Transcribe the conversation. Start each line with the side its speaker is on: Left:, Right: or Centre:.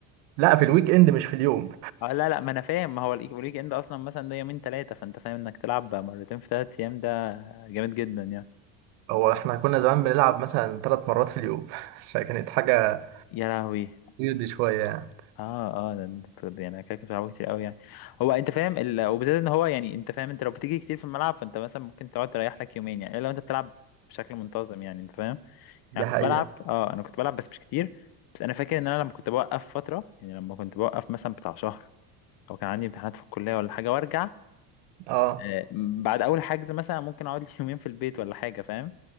Right: لا في الويك اند مش في اليوم
Left: آه لا لا ما انا فاهم ما هو الإيك- الويك اند اصلا مثلا ده يومين ثلاثه فانت فاهم انك تلعب بقى مرتين في ثلاث ايام ده جامد جدا يعني
Right: هو احنا كنا زمان بنلعب مثلا ثلاث مرات في اليوم <laughs> فكانت حاجة
Left: يا لهوي
Right: ويرد شوية يعني
Left: اه اه ده انت بتقول- يعني انا كده كنت بلعبه كتير قوي يعني هو انت فاهم ال... وبالذات ان هو يعني انت فاهم انت لو بتيجي كتير في الملعب فانت مثلا ممكن تقعد تريح لك يومين يعني الا لو انت بتلعب بشكل منتظم يعني انت فاهم
Right: دي
Left: يعني
Right: حقيقة
Left: كنت بلعب اه انا كنت بلعب بس مش كتير بس انا فاكر ان انا لما كنت بوقف فتره يعني لما كنت بوقف مثلا بتاع شهر او كان عندي امتحانات في الكليه ولا حاجه وارجع
Right: اه
Left: آه، بعد اول حجز مثلا ممكن اقعد <laughs> لي يومين في البيت ولا حاجه فاهم